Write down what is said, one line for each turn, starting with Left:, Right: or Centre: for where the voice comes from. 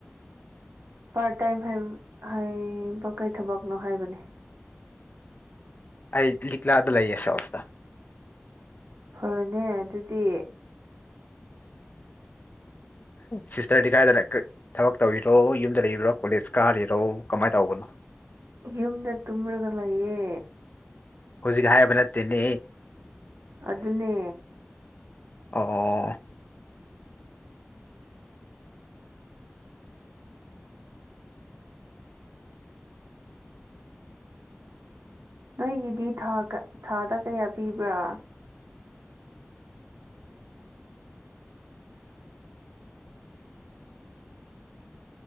Right: ꯄꯥꯔꯠ ꯇꯥꯏꯝ ꯍꯥꯏ ꯍꯥꯏꯕ ꯀꯩ ꯊꯕꯛꯅꯣ ꯍꯥꯏꯕꯅꯦ
Left: ꯑꯩꯗꯤ ꯂꯤꯛꯂꯗ ꯂꯩꯌꯦ ꯁꯦꯜꯁꯇ
Right: ꯐꯔꯅꯦ ꯑꯗꯨꯗꯤ
Left: ꯆꯤꯁꯇꯔꯗꯤ ꯀꯥꯏꯗ ꯂꯩ ꯀꯥꯏ ꯊꯕꯛ ꯇꯧꯔꯤꯔꯣ ꯌꯨꯝꯗ ꯂꯩꯔꯤꯔꯣ ꯀꯣꯂꯦꯖ ꯀꯥꯔꯤꯔꯣ ꯀꯃꯥꯏ ꯇꯧꯕꯅꯣ
Right: ꯌꯨꯝꯗ ꯇꯨꯝꯔꯒ ꯂꯩꯌꯦ
Left: ꯍꯧꯖꯤꯛ ꯍꯥꯏꯕ ꯅꯠꯇꯦꯅꯦ
Right: ꯑꯗꯨꯅꯦ
Left: ꯑꯣ ꯑꯣ
Right: ꯅꯣꯏꯒꯤꯗꯤ ꯊꯥ ꯊꯥꯗ ꯀꯌꯥ ꯄꯤꯕ꯭ꯔꯥ